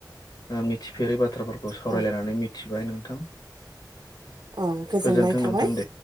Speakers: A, on the left; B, on the right.
A: मिथिफेरै बाथ्रा। बाथ्राफोरखौ सावरायलायनानै
B: औ
A: मिथिबाय नोंथां।
B: औ गोजोननाय
A: गोजोन्थों
B: थाबाय।
A: नोंथां दे